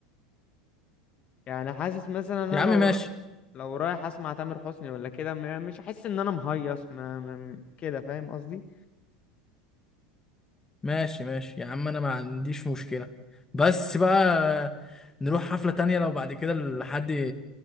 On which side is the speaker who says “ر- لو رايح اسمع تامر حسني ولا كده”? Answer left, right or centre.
Left